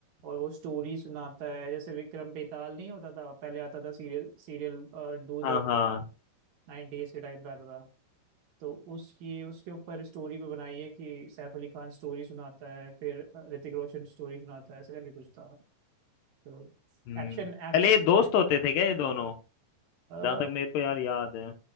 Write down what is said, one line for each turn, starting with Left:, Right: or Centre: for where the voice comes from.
Right: और वो स्टोरी सुनाता है जैसे विक्रम बेताल नहीं होता था पहले आता था सीरियल सीरियल दूरदर्शन
Left: हाँ हाँ
Right: 90s के टाइम पे आता था तो उसकी उसके ऊपर स्टोरी पे बनाई है कि सैफ अली खान स्टोरी सुनाता है फिर अ, ऋतिक रोशन स्टोरी सुनाता है ऐसे करके कुछ था तो
Left: हम्म
Right: Action action
Left: पहले ये दोस्त होते थे क्या ये दोनों
Right: आ,
Left: जहां तक मेरे को यार याद है